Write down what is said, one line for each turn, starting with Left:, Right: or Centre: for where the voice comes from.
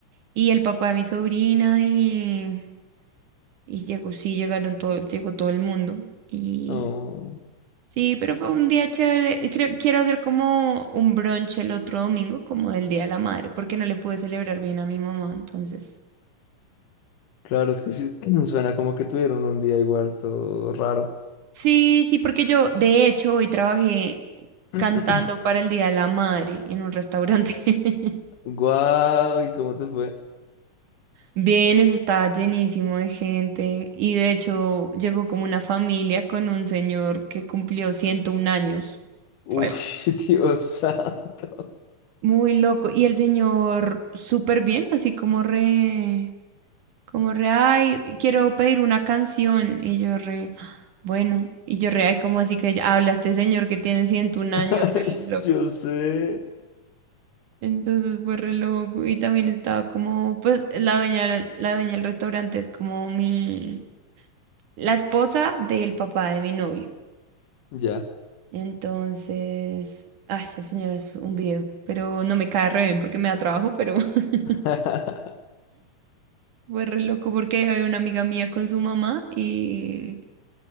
Right: y el papá de mi sobrina y, y llegó, sí, llegaron todo, llegó todo el mundo. Y
Left: Oh,
Right: sí, pero fue un día chévere. Y Creo, quiero hacer como un brunch el otro domingo, como del Día de la Madre, porque no le pude celebrar bien a mi mamá, entonces.
Left: claro, es que sí, <clears throat> suena como que tuvieron un día igual todo raro.
Right: Sí, sí, porque yo de hecho hoy trabajé
Left: <clears throat>
Right: cantando para el Día de la Madre en un restaurante. <laughs>
Left: Guau, ¿y cómo te fue?
Right: Bien, eso estaba llenísimo de gente y de hecho llegó como una familia con un señor que cumplió 101 años.
Left: Uy,
Right: Re loco.
Left: <laughs> Dios santo.
Right: Muy loco. Y el señor súper bien, así como re, como re, ay, quiero pedir una canción. Y yo re, "Ah, bueno, y yo re, ay, como así que ya habla este señor que tiene 101 años,
Left: <laughs>
Right: re
Left: Yo sé.
Right: Entonces fue re loco. Y también estaba como, pues la dueña, del- la dueña del restaurante es como mi, la esposa del papá de mi novio.
Left: Ya.
Right: Entonces, ah, esa señora es un video, pero no me cae re bien porque me da trabajo, pero <laughs>
Left: <laughs>
Right: fue re loco porque había una amiga mía con su mamá y,